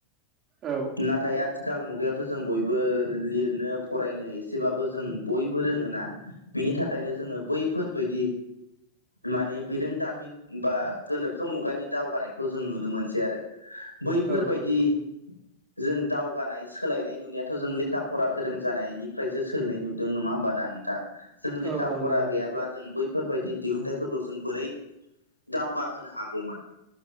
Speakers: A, on the right (about 30°); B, on the left (about 85°).
A: औ
B: नाथाय आथिखाल मुगायावथ' जों बयबो लिरनो फरायनो एसेबाबो जों बयबो रोङोना बिनि थाखायनो जोङो बैफोरबायदि माने बिरोंदामिन बा गोनोखो मुगानि दावगानायखौ जों नुनो मोनसै आरो बैफोरबायाददि
A: औ नंगौ
B: जों दावगानाय सोलायनाय नुनायाथ' जों लेखा फरा गोरों जानायनिफ्रायसो सोलायनाय नुदों नङा होमबाना नोंथां जों लेखा
A: औ औ
B: फरा
A: नंगौ नोंथां
B: गैयाब्ला जों बैफोरबायदि दिहुनथाइ फोरखौ जों बोरै दावगाहोनो हागौमोन